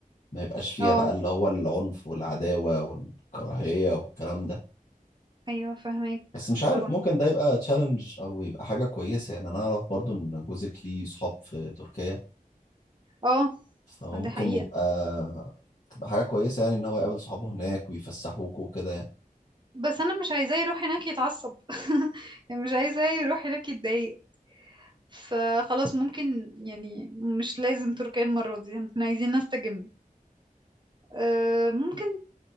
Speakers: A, on the left (about 55°); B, on the right (about 30°).
A: ما يبقاش فيها
B: اه
A: بقى اللي هو العنف والعداوة والكراهية والكلام ده
B: ايوه فهمك
A: بس مش عارف
B: طبعا
A: ممكن ده يبقى تشالنج او يبقى حاجة كويسة يعني انا اعرف برضو ان جوزك ليه صحاب في تركيا
B: اه
A: فممكن
B: دي حقيقة
A: يبقى تبقى حاجة كويسة يعني إن هو يقابل صحابه هناك ويفسحوك وكده يعني
B: بس انا مش عايزاه يروح هناك يتعصب <laughs> يعني مش عايزاه يروح هناك يتضايق فخلاص ممكن يعني مش لازم تركيا المرة دي احنا عايزين نستجم أه ممكن